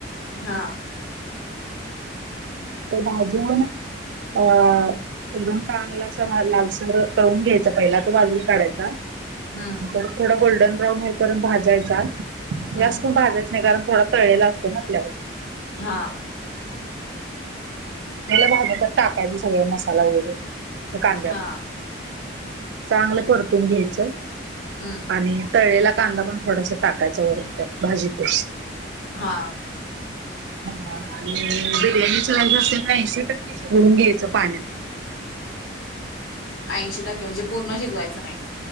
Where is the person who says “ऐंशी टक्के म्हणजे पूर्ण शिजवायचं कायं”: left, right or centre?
Left